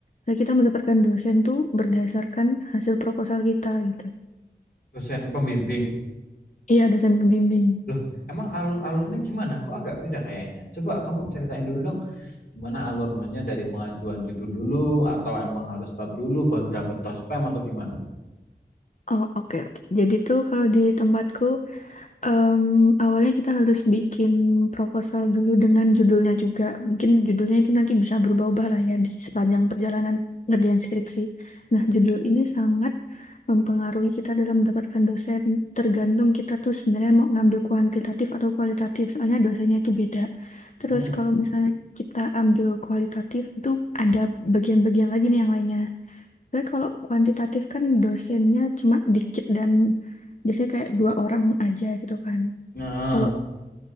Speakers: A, on the left (about 45°); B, on the left (about 65°).
A: Nah, kita mendapatkan dosen tuh berdasarkan hasil proposal kita gitu.
B: dosen pembimbing.
A: Iya, dosen pembimbing.
B: Loh, emang alur-alurnya gimana? Kok agak beda kayaknya? Coba kamu ceritain dulu dong, gimana alur maksudnya dari pengajuan judul dulu atau emang harus bab dulu baru dapet tospem atau gimana?
A: Oh, oke, oke. Jadi tuh kalau di tempatku Em, awalnya kita harus bikin proposal dulu dengan judulnya juga. Mungkin judulnya itu nanti bisa berubah-ubah lah ya di sepanjang perjalanan ngerjain skripsi. Nah, judul ini sangat mempengaruhi kita dalam mendapatkan dosen. Tergantung kita tuh sebenarnya mau ngambil kuantitatif atau kualitatif. Soalnya dosennya itu beda.
B: Hmm.
A: Terus kalau misalnya kita ambil kualitatif itu ada bagian-bagian lagi nih yang lainnya. Tapi kalau kuantitatif kan dosennya cuma dikit dan biasanya kayak dua orang aja gitu kan.
B: Nah,
A: Kalau kuliah